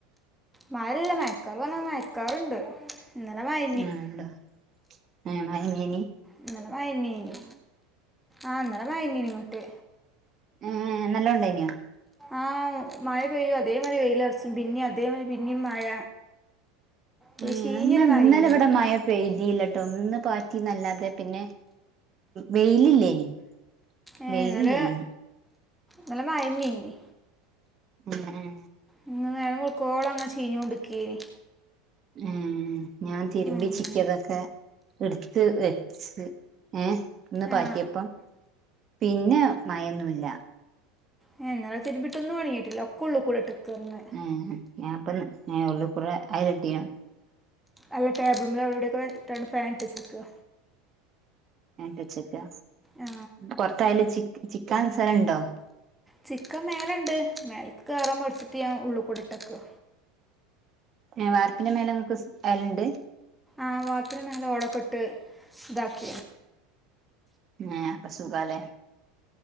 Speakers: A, in the centre; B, on the right (about 35°).
A: മഴല്ല മയക്കാർ പറഞ്ഞ മയക്കാറുണ്ട്. ഇന്നല മയ
B: ആണ്ടോ ആ മഴ എങ്ങനി
A: ഇന്നലെ മയനീനി ആഹ് അന്നലെ മയനേനി ഇങ്ങോട്ട്
B: ആഹ് നല്ലോണ്ടായിനോ?
A: ആഹ് മഴ പെയ്യു അതേമാരി വെയിലൊറച്ചും പിന്നേം അതേമാതി പിന്നീം മഴ ഒരു
B: ഏഹ്
A: ചീഞ്ഞൊരു
B: എന്നാ
A: മഴയേനി
B: ഇന്നല ഇവിടെ മയ പെയിതീല്ലട്ടോ ഒന്ന് പാറ്റിന്നല്ലാതെ പിന്നെ വെയിലില്ലേനി
A: ഏഹ്
B: വെയിലില്ലേനി
A: ഇന്നല നല്ല മയന്നേനി
B: ഉം ഉം
A: ഇന്ന് നേരം വെള്കൊളം അങ്ങനെ ചീഞ്ഞ് കൊണ്ടിക്കേനി
B: ഉം ഞാൻ തിരുമ്പി
A: ഉം.
B: ചിക്കിയതൊക്കെ എടുത്ത് വെച്ച് ഏഹ് ഒന്ന് പറ്റിയപ്പം
A: ആ
B: പിന്നെ മയൊന്നുല്ല
A: ഏഹ് ഇന്നല തിരുമ്പിട്ടൊന്നും ഒണങ്ങിട്ടില്ല ഒക്കെ ഉള്ളൂകൂടെ ഇട്ട്ക്കാന്ന്
B: മ്ഹ് ഞാൻപ്പ ഞാ ഉള്ളിക്കൂടെ അയകെട്ടിയാ
A: അല്ല ടേബിൾ മൽ അവിടെയൊക്കെയിട്ട് ഫാൻ ഇട്ട് വെച്ചക്ക്.
B: ഫാൻ ഇട്ട് വെച്ചക്ക്
A: ആ
B: പൊറത്തായാലും ചി, ചിക്കാൻ സ്ഥലണ്ടോ?
A: ചിക്കാൻ മേലണ്ട്, മേലക്ക് കേറാൻമടിച്ചിട്ട് ഞാൻ ഉള്ള് കൂടെ ഇട്ടക്ക്.
B: ഏഹ്, വാർപ്പിന്റെ മേലെ ഇങ്ങക്ക് സ് അയല്ണ്ട്.
A: ആ വാർപ്പിന്റെ മേലെ ഓടൊക്കെട്ട് ഇതാക്കിയിണ്.
B: ആഹ്, അപ്പ സുഖാലേ.